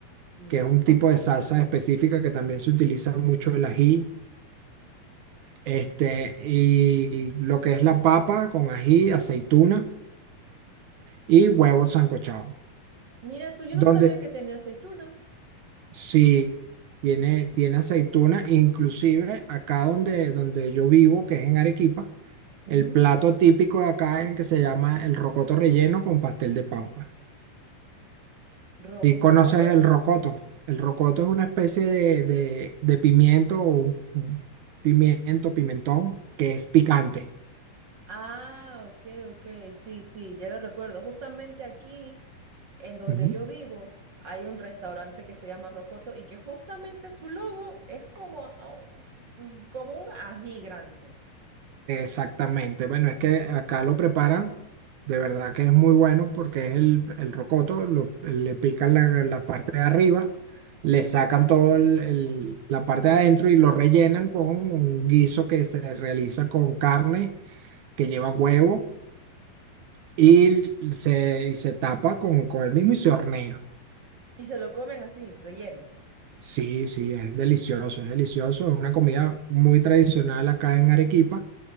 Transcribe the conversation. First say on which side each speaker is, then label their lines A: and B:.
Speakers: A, on the right (about 50°); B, on the right (about 70°).
A: Mm.
B: que es un tipo de salsa específica que también se utiliza mucho el ají, este, y lo que es la papa con ají, aceituna y huevos sancochados.
A: Mira tú, yo
B: Donde
A: no sabía que tenía aceituna.
B: sí tiene, tiene aceituna, inclusive acá donde, donde yo vivo, que es en Arequipa,
A: Ujú.
B: el plato típico de acá es el que se llama el rocoto relleno con pastel de papa.
A: Ro-
B: Si
A: ¿Rocoto?
B: conoces el rocoto, el rocoto es una especie de, de, de pimiento, o un- un pimiento, pimentón, que es picante.
A: Ah, ok, ok, sí, sí, ya lo recuerdo. Justamente aquí En donde
B: Ujú.
A: yo vivo hay un restaurante que se llama Rocoto y que justamente su logo es como, a- un- como un ají grande.
B: Exactamente. Bueno, es que acá lo preparan, de verdad que es muy bueno porque es el, el rocoto, lo- le pican la, la parte de arriba, le
A: Ujú.
B: sacan todo el- el- la parte de adentro y lo rellenan con un guiso que se realiza con carne, que lleva huevo y se, y se tapa con, con el mismo y se hornea.
A: Y se lo comen así, relleno.
B: Sí, sí, es delicioso, es delicioso. Es una comida muy tradicional acá en Arequipa